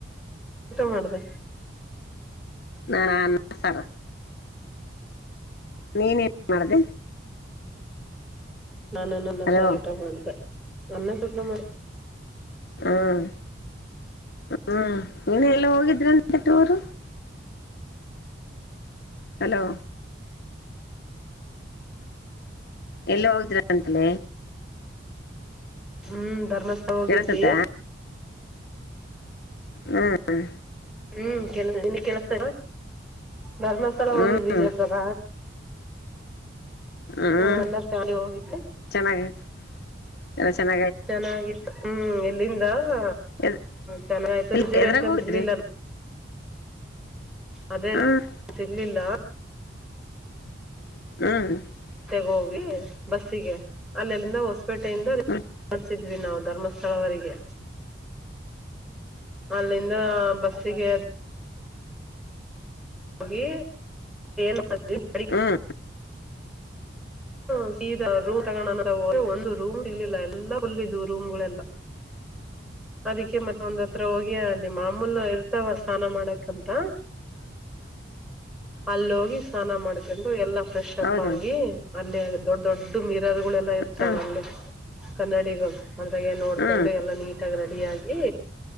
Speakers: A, in the centre; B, on the left.
A: ಊಟ ಮಾಡ್ದ
B: ನಾ ನನ್ನ ಸರ ನೀನ್ೇನ್ ಮಾಡ್ದ
A: ನಾನ ನಾನ
B: ಹಲೋ
A: ಸಾರಟ ಮಾಡಿದೆ ಅನ್ನ ಸ್ವಪ್ನ ಮಾಡ
B: ಹ್ಮ ಹ್ಮ್ ನೀನ ಎಲ್ಲ ಹೋಗಿದ್ರಂತೆ ಟೂರ್ ಹಲೋ ಎಲ್ಲಿ ಹೋಗದ್ರ ಅಂತಲ
A: ಹ್ಮ್ ಧರ್ಮಸ್ಥ ಹೋಗಿದ್ವಿ
B: ಕೇಳಸತ್ತ ಹ್ಮ್ ಹ
A: ಹ್ಮ್ ಕೆಸ ಇನ್ನು ಕೆಲಸ ಧರ್ಮಸ್ಥಳ
B: ಹ್ಮ್
A: ಹೋಗಿದ್ವಿ ವಿಜಯಪುರ
B: ಹ್ಮ್
A: ಹಾ ಎ ನರ್ಸಳಿ ಹೋಗಿದೆ
B: ಚೆನ್ನಾಗಯ್ತು ಎಲ್ಲ ಚೆನ್ನ
A: ಚೆನ್ನಾಗಿತ್ತು ಹ್ಮ್ ಎಲ್ಲಿಂದ ಹ
B: ಇಲ್ಲ
A: ಚೆನ್ನಾಗಾಯ್ತು ರಿಸರ್ವೇಶನ್
B: ಎದ್ರಾಗ ಹೋಗಿದ್ರಿ
A: ಸಿರ್ಲಿಲ್ಲ ಅದೇ
B: ಹ್ಮ್
A: ರೀ ಸಿಡ್ಲಿಲ್ಲ
B: ಹ್ಮ
A: ಹೋಗಿ ಬಸ್ಸಿಗೆ ಅಲ್ಲಲ್ಲಿಂದ ಹೊಸ್ಪೇಟೆಯಿಂದ
B: ಹ್ಮ್
A: ಮಾಡಸಿದ್ವಿ ನಾವು ಧರ್ಮಸ್ಥಳವರಿಗೆ ಅಲ್ಲಿಂದ ಬಸ್ಸಿಗೆ ಹೋಗಿ ಮಾಡ
B: ಹ್ಮ್
A: ಹ ರೂಮ್ ತ ಒಂದು ರೂಮ್ ಸಿಗ್ಲಿಲ್ಲ ಎಲ್ಲಾು ರೂಮ್ಗಳೆಲ್ಲ
B: ಹ
A: ಅದಕ್ಕೆ ಮತ್ತ ಒಂದ್ ಹತ್ರ ಹೋಗಿ ನಿ ಮಾಮೂಲ್ ಇರ್ತಾವ ಸ್ನಾನ ಮಾಡಕ್ಂತ
B: ಹ
A: ಅಲ್ಲಿ ಹೋಗಿ ಸ್ನಾನ ಮಾಡ್ಕೊಂಡು ಎಲ್ಲ ಫ್ರೆಶ್ಪ್
B: ಹೌದು
A: ಆಗಿ ಅಲ್ಲೇ ದೊಡ್ಡ ದೊಡ್ಡ ಮೀರಾದಗಳೆಲ್ಲಾ ಇರ್ತಾವ
B: ಹ್ಮ್
A: ಅಲ್ಲಿ ಕನ್ನಡಿಗ ಮದಾಗ ನೋಡ್ಕೊಂಡು
B: ಆತರ
A: ಎಲ್ಲಾ ನೀಟಾಗಿ ರೆಡಿ ಆಗಿ